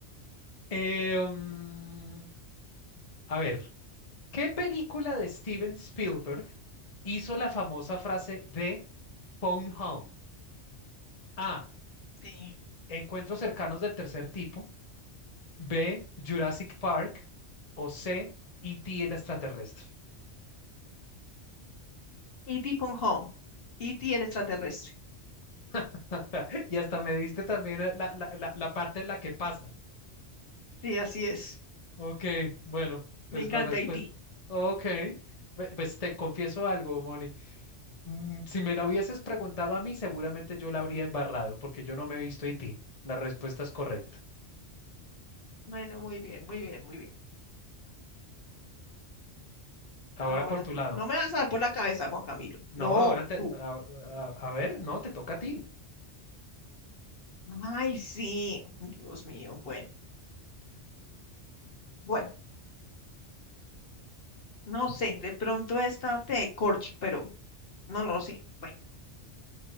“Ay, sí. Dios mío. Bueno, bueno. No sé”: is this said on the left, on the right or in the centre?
Left